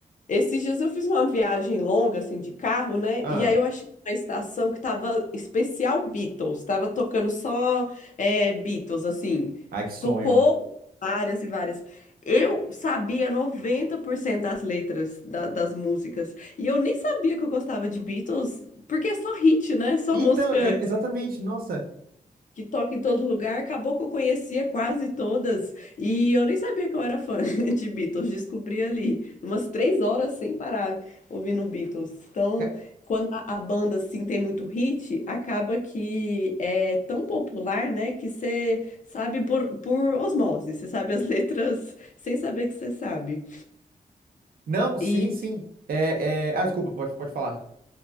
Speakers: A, on the left; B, on the right.
A: Esses dias eu fiz uma viagem longa, assim, de carro, né?
B: Ah,
A: E aí eu achei uma estação que tava especial Beatles. Tava tocando só é, Beatles, assim.
B: ai, que sonho.
A: Tocou várias e várias. Eu sabia 90% das letras da- das músicas. E eu nem sabia que eu gostava de Beatles, porque é só hit, né? É Só
B: Então,
A: música
B: é,
A: que
B: exatamente,
A: você
B: nossa.
A: que toca em todo lugar, acabou que eu conhecia quase todas e eu nem sabia que eu era fã <laughs> de Beatles, descobri ali, umas três horas sem parar ouvindo Beatles. Então,
B: ca-
A: quando a a banda assim tem muito hit, acaba que é tão popular, né, que você sabe por, por osmose, você sabe as <laughs> letras sem saber que você sabe.
B: Não, sim,
A: E
B: sim. É, é... Ah, desculpa, pode, pode falar.